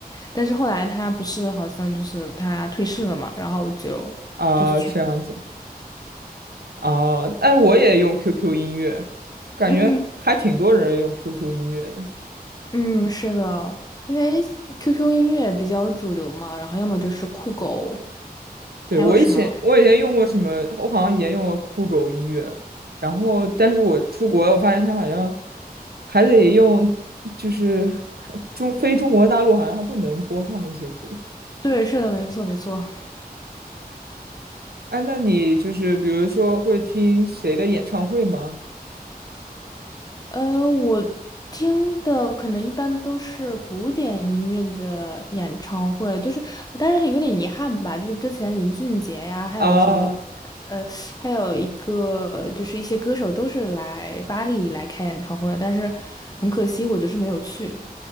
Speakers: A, on the left (about 25°); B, on the right (about 80°).
A: 但是后来它不是好像就是它退市了嘛，然后就就是全
B: 啊，这样子啊，哎，我也用 QQ 音乐，感觉还挺多人用
A: 嗯
B: QQ 音乐的。
A: 嗯是的，因为 QQ 音乐比较主流嘛，然后要么就是酷狗，
B: 对，
A: 还有什么？
B: 我以前我以前用过什么，我好像以前用过酷狗音乐，然后但是我出国，我发现它好像还得用，就是中非中国大陆好像还不能播放那些歌。
A: 对，是的，没错没错。
B: 哎，那你就是比如说会听谁的演唱会吗？
A: 呃，我听的可能一般都是古典音乐的演唱会，就是，但是有点遗憾吧，就是之前林俊杰呀，还有什么，
B: 啊
A: 呃，还有一个就是一些歌手都是来巴黎来开演唱会的但是很可惜，我就是没有去。